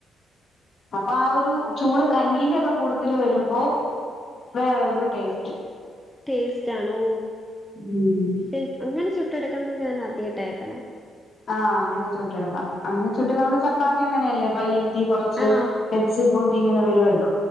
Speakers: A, on the left; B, in the centre.
A: അപ്പൊ ആഹ് ഒരു ചൂട് കഞ്ഞീന്റെ ഒക്കെ കൂടതിൽ വരുമ്പോ വേറെരു ടേസ്റ്റ്
B: ടേസ്റ്റ് ആണോ
A: ഉം
B: സ്റ്റ്, ‌ അങ്ങനെ ചുട്ടെടുക്കുന്നുന്നത് ഞാൻ ആദ്യായിട്ട കേൾക്കണേ
A: ആഹ് അങ്ങനെ ചുട്ട് എടുക്കാം അങ്ങനെ ചുട്ട് നമ്മള് ചപ്പാത്തി അങ്ങനെയല്ലേ പഴേ തീ കുറച്ച്
B: ആ
A: വെച്ച് പൊന്തി ഇങ്ങനെ വരുവല്ലോ